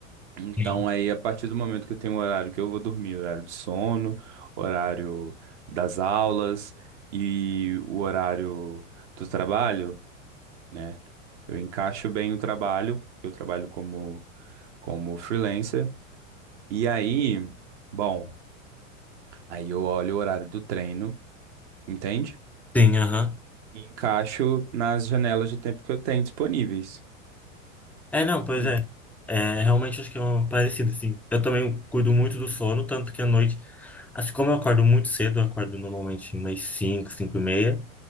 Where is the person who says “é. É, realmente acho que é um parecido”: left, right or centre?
Centre